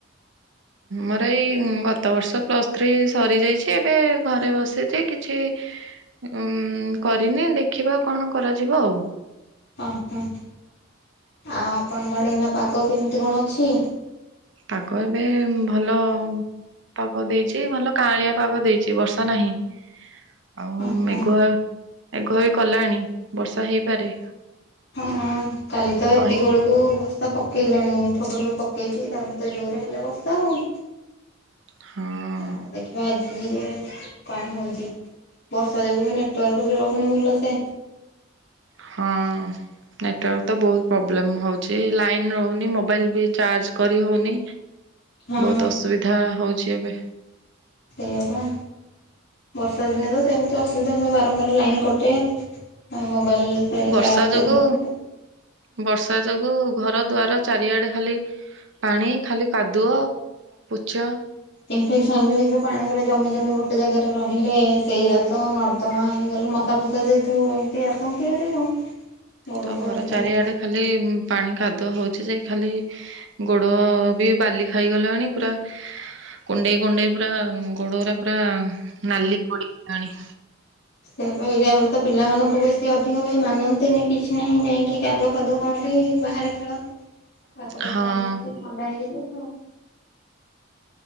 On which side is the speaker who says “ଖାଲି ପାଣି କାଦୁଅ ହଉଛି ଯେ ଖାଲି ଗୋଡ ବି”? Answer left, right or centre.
Right